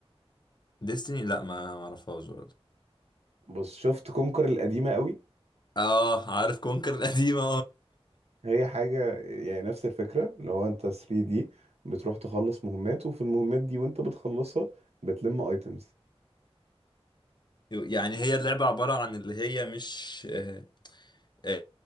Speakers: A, on the left; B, on the right.
A: ديستني لا ما ما اعرفهاش برضه
B: بس شفت كونكر القديمه قوي
A: اه عارف كونكر القديمه
B: هي حاجه يعني نفس الفكره اللي هو انت 3 دي بتروح تخلص مهمات وفي المهمات دي وانت بتخلصها بتلم ايتمز
A: <laughs> يعني هي اللعبه عباره عن اللي هي مش آه، آه،